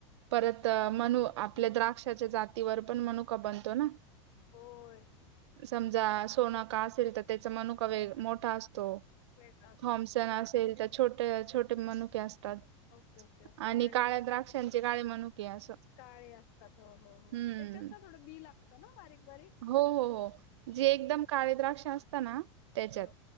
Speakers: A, on the right; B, on the left.
A: परत तर मनू आपल्या द्राक्षाच्या जातीवर पण मनू क बनतो ना
B: होय
A: समजा सोनं का असेल तर त्याचा मनुकावे मोठा असतो त
B: वेगळा असतो
A: थॉम्सन
B: हो हो
A: असेल तर छोटे छोटे मनुके अस आणि
B: ओके ओके ओके आणि
A: काळ्या द्राक्षांचे काळे म्हणुके असं
B: काळे असतात हो हो हो
A: हम्म.
B: त्याच्यात तर थोडं बी लागतं ना बारीक बारीक
A: हो हो हो जे
B: हम्म
A: एकदम काळे द्राक्ष असत ना त्याच्यात
B: ह,